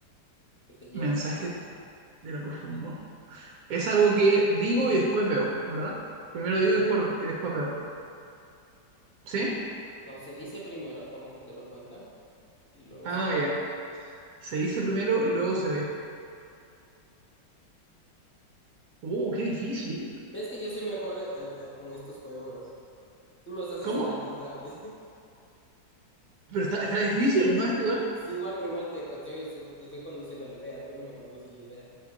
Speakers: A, on the left (about 20°); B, on the right (about 65°).
A: que te llegan.
B: mensaje de, de lo profundo. Es algo que digo y después veo, ¿verdad? Primero digo y después, y después veo. ¿Sí?
A: No, se dice primero, como que te lo cuentan, y luego
B: Ah,
A: se ve.
B: ya. Se dice primero y luego se ve. Uh, qué difícil.
A: ¿Ves que yo soy mejor eh, eh, con estos juegos? Tú los haces
B: ¿Cómo?
A: inalcanzables. <laughs>
B: Pero está, está difícil, ¿no? Está igual.
A: Sí, igual, pero igual te, co- estoy, te estoy conduciendo la idea, tú no me conduces la idea.